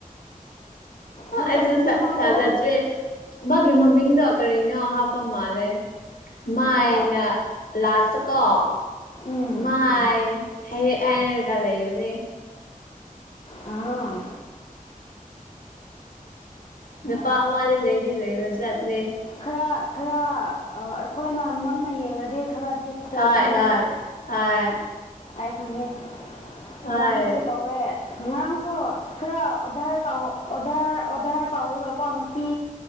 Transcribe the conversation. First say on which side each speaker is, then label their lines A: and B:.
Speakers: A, on the left; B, on the left.
A: ꯊꯥꯖꯒꯅꯨ
B: ꯑꯁꯨ
A: ꯃꯥꯕꯨ
B: ꯆꯂꯗ꯭ꯔꯦ ꯃꯥꯒꯤ ꯃꯃꯤꯡꯗꯣ ꯀꯔꯤꯅꯣ ꯍꯥꯞꯄ ꯃꯥꯜꯂꯦ ꯃꯥꯏꯅ
A: ꯍꯣꯏ
B: ꯂꯥꯁ ꯆꯀꯣ
A: ꯎꯝ
B: ꯃꯥꯏ ꯍꯦꯛ ꯍꯥꯏꯔꯒ ꯂꯩꯕꯅꯦ
A: ꯑꯥ
B: ꯅꯨꯄꯥ ꯃꯥꯗꯤ ꯂꯩꯗꯤ ꯂꯩꯕꯖꯥꯠꯅꯦ
A: ꯈꯔ ꯈꯔ ꯑꯩꯈꯣꯏꯅ ꯃꯨꯟꯅ ꯌꯦꯡꯉꯗꯤ ꯈꯔꯗꯤ ꯊꯣꯛꯀꯅꯤ
B: ꯍꯣꯏ ꯍꯣꯏ ꯍꯣꯏ
A: ꯑꯩ ꯈꯪꯉꯦ
B: ꯍꯣꯏ
A: ꯉꯔꯥꯡꯁꯨ ꯇꯧꯋꯦ ꯉꯔꯥꯡꯁꯨ ꯈꯔ ꯑꯣꯙꯥꯔ ꯇꯥꯎꯑꯣ ꯑꯣꯗꯔ ꯑꯣꯗꯔ ꯇꯧꯔꯒꯀꯣ ꯅꯨꯄꯤ